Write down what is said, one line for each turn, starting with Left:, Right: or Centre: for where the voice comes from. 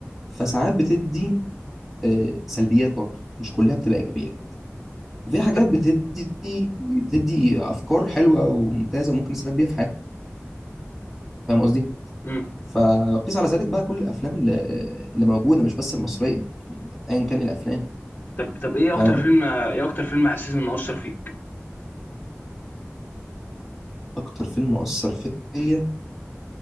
Centre: فساعات بتدي آه، سلبيات برضه مش كلها بتبقى ايجابيات وفي حاجات
Left: طب
Centre: بتدي بتدي افكار حلوه وممتازه وممكن نستفاد بيها في حياتنا فاهم قصدي؟
Left: امم
Centre: فقيس على ذلك بقى كل الافلام اللي, اللي موجوده مش بس المصريه ايا كان الافلام
Left: طب طب ايه
Centre: فاهم
Left: اكتر فيلم ايه اكتر فيلم حسيت انه اثر فيك
Centre: اكتر فيلم اثر فيا